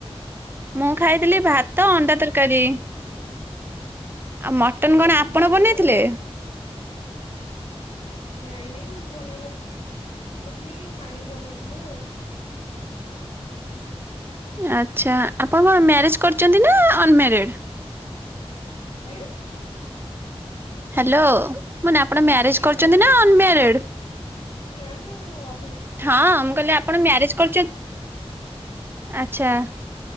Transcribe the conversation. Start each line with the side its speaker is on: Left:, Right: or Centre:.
Right: ମୁଁ ଖାଇଥିଲି ଭାତ ଅଣ୍ଡା ତରକାରୀ। ଆଉ ମଟନ
Left: ନାଇଁ
Right: କଣ
Left: ଆଜି
Right: ଆପଣ
Left: ବାରଟା
Right: ବନେଇଥିଲେ?
Left: ଭଲ <inaudible> ନାଇଁ ନାଇଁ ମୁଁ ବନେଇ ନ ନଥିଲି ମାଇ ବନେଇଥିଲେ ଆଉ।
Right: ଆଚ୍ଛା ଆପଣ କଣ ମ୍ୟାରେଜ କରିଛନ୍ତି ନା ଅନମାରିଡ?
Left: ଆଜ୍ଞା।
Right: ହ୍ୟାଲୋ ମାନେ ଆପଣ ମ୍ୟାରେଜ
Left: ଆଜ୍ଞା
Right: କରିଛନ୍ତି
Left: ହ୍ୟାଲୋ
Right: ନା ଅନମାରିଡ,?
Left: ନା ମୁଁ ଅ
Right: ହଁ ମୁଁ କହିଲେ ଆପଣ ମ୍ୟାରେଜ କରୁଛନ୍ତି ଆଛା।